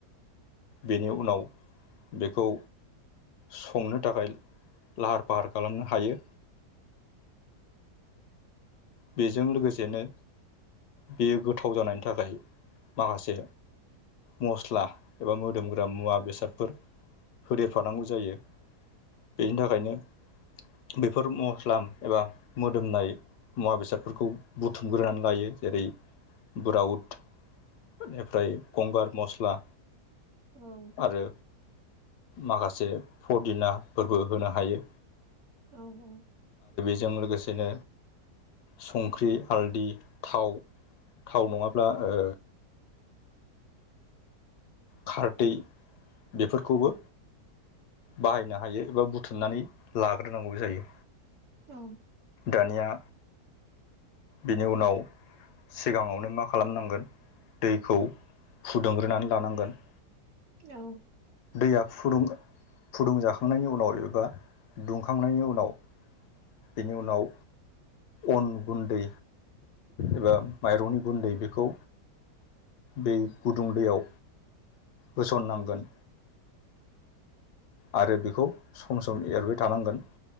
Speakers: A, on the left; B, on the right.
A: बेनि उनाव बेखौ संनो थाखाय लाहार फाहार खालामनो हायो। बेजों लोगोसेनो बेयो गोथाव जानाय नि थाखाय माखासे मस्ला एबा मोदोमग्रा मुवा बेसादफोर होदेरफानांगौ जायो। बेनि थाखायनो बेफोर मस्ला एबा मोदोमनाय मुवा बेसादफोरखौ बुथुमग्रोनानै लायो जेरै बुराउद एनिफ्राय गंगार मस्ला
B: औ
A: आरो माखासे फदिनाफोरबो होनो हायो
B: औ औ
A: जों लोगोसेनो संख्रि हालदि थाव थाव नङाब्ला ओ खारदै बेफोरखौबो बाहायनो हायो एबा बुथुमनानै लाग्रोनांगौबो जायो।
B: औ
A: दानिया बेनि उनाव सिगाङावनो मा खालामनांगोन दैखौ फुदुंग्रोनानै लानांगोन।
B: औ।
A: दैया फुदुं-फुदुं जाखांनायनि उनाव एबा दुंखांनायनि उनाव। बेनि उनाव। अन गुन्दै एबा माइरंनि गुन्दै बेखौ। बे गुदुं दैयाव होसननांगोन। आरो बेखौ सम सम एरबाय थानांगोन।